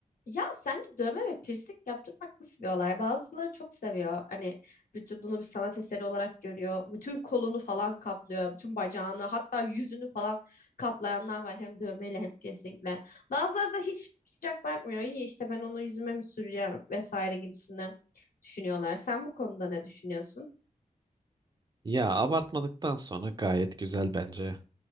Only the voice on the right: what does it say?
Ya abartmadıktan sonra gayet güzel bence.